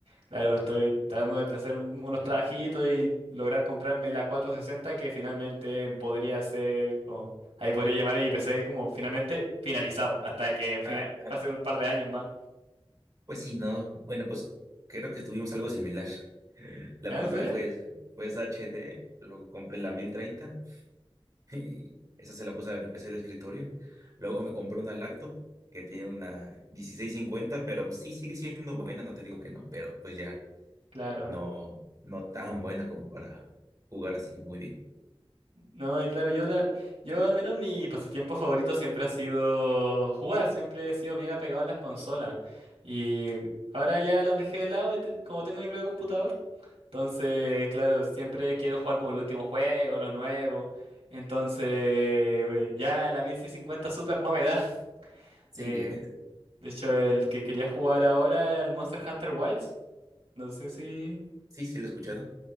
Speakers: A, on the right; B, on the right.
A: claro, estoy tratando de hacer un- unos trabajitos y lograr comprarme la cuatrocientos sesenta que finalmente podría ser como Ahí podría llamar a mi PC como finalmente finalizado, hasta que fina-
B: Ah,
A: pasen
B: ah,
A: un par de años más.
B: pues sí, no. Bueno, pues creo que tuvimos algo similar. <laughs> La
A: ¿Ah,
B: primera
A: ¿En serio?
B: fue, fue esa HD, luego compré la mil treinta <laughs> Y esa se la puse a mi PC de escritorio. Luego me compré una laptop que tiene una 1650, pero sí sigue siendo buena, no te digo que no, pero pues ya
A: Claro.
B: no, no tan buena como para jugar así muy bien.
A: No, y claro, yo, la, yo al menos mi pasatiempo favorito siempre ha sido jugar, siempre he sido bien apegado a las consolas. Y ahora ya las dejé de lado, y te- como tengo mi propio computador. Entonces, claro, siempre quiero jugar como el último juego, los nuevos. Entonces, güey, ya la 1650 Super no me da. <laughs>
B: Sí,
A: Eh,
B: eh, <laughs>
A: de hecho, el que quería jugar ahora era el Monster Hunter Wilds. No sé si...
B: sí, sí lo he escuchado.